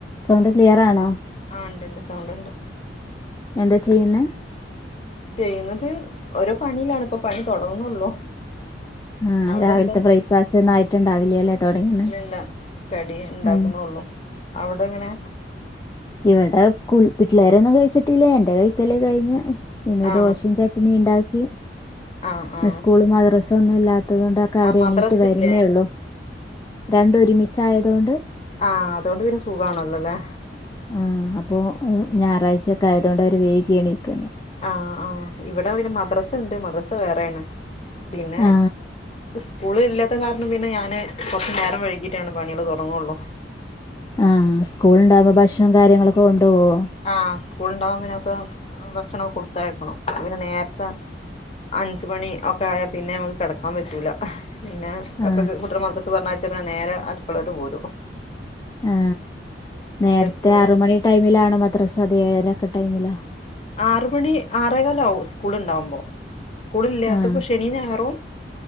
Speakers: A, on the left; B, on the left.
A: Sound clear ആണോ
B: ആ ഉണ്ട് ഉണ്ട്. സൗണ്ട് ഉണ്ട്.
A: എന്താ ചെയ്യുന്ന.
B: ചെയ്യുന്നത് ഓരോ പണിയിലാണ്. ഇപ്പ പണി തുടങ്ങുന്നുള്ളൂ.
A: ആഹ
B: അവിടെ
A: രാവിലത്തെ
B: എന്താ
A: ബ്രേക്ക്ഫാസ്റ്റ് ഒന്നായിട്ട്ണ്ടാവില്ലേ അല്ലെ. തുടങ്ങണ.
B: ഇല്ലല്ല കടി ഉണ്ടാക്കുന്നുള്ളു.
A: ആ
B: അവിടെ എങ്ങനെ.
A: ഇവടെ പിള്ളേരൊന്നും കഴിച്ചിട്ടില്ലേ. എന്റെ കഴിക്കല് കഴിഞ്ഞ ഇന്ന്
B: ആ
A: ദോശയും ചട് നി ഉണ്ടാക്കി.
B: ആ
A: ഇന്ന്സ്കൂളും
B: ആ
A: മദ്രസ ഒന്നും ഇല്ലാത്ത ത്തത കൊണ്ടൊക്കെ അവരെ
B: ആ മദ്രസ
A: എണീറ്റ് വരുന്നേള്ളൂ.
B: ഇല്ലേ
A: രണ്ട ഒരുമിച്ചയതുകൊണ്ട്
B: ആഹ് അതുകൊണ്ട് പിന്നെ സുഖമാണല്ലോല്ലേ
A: ആ അപ്പോ ഞായറാഴ്ചയക്കെ ആയതുകൊണ്ട് അവര് വഴുകിഎണീക്കാ
B: ആഹ ആഹ് ഇവിടെ പിന്നെ മദ്രസ ഉണ്ട്. മദ്രസ വേറെയാണ്. പിന്നെ.
A: ആ
B: സ്കൂള ഇല്ലാത്ത കാരണം പിന്നെ ഞാന് കുറച്ചു നേരം വഴകിയിട്ടാണ് പണികള് തുടങ്ങുള്ളൂ
A: ആഹ് സ്കൂള ഉണ്ടാവുമ്പോ ഭക്ഷണം കാര്യങ്ങളൊക്കെ കൊണ്ട പോവോ
B: ആ സ്കൂള് ഉണ്ടാകുമ്പോ പിന്നൊക്കെ ഭക്ഷണൊക്കെ കൊടുത്തയക്കണം പിന്നെ നേരത്തെ അഞ്ച് മണി ഒക്കെ ആയാൽ പിന്നെ നമുക്ക് കിടക്കാൻ പറ്റൂല പിന്നെ
A: ആ
B: അപ്പൊക്കും കുട്ടികളെ മദ്രസ് പറഞ്ഞാഴ്ച്ച പിന്നെ നേരെ അടുക്കളോട്ട് പോരും
A: ആ
B: പിന്നെ
A: നേരത്തെ
B: അവർക്കുള്ള
A: ആറ് മണി ടൈമിലാണോ മദ്രസ അതോ ഏഴരൊക്കെ ടൈമില
B: ആറ് മണി ആറേകാലാവും സ്കൂള് ഉണ്ടാവുമ്പോ സ്കൂള് ഇല്ലാത്തപ്പൊ
A: ആഹ്
B: ശനിം ഞായറും